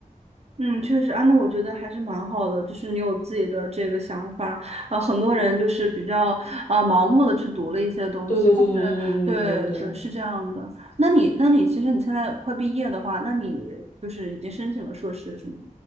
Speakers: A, on the right; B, on the left.
A: 嗯，确实啊，那我觉得还是蛮好的，就是你有自己的这个想法，啊。很多人就是比较啊、
B: 嗯，
A: 盲目的去读了一些东西，
B: 对对对对对对对对对。
A: 但是对对是这样的。那你那你其实你现在快毕业的话，那你就是已经申请了硕士是吗？